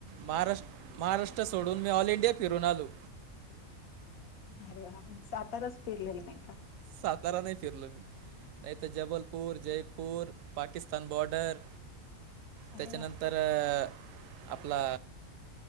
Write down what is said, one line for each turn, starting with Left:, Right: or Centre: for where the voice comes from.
Right: महाराष्ट-महाराष्ट्र सोडून, मी ऑल इंडिया फिरून आलो.
Left: अरे वा, मंग साताराच फिरलेलं नाही का?
Right: सातारा नही फिरलो मी, नाही त जबलपूर, जयपूर पाकिस्तान बॉर्डर, त्याच्यानंतर
Left: अरे वा
Right: तर, आपला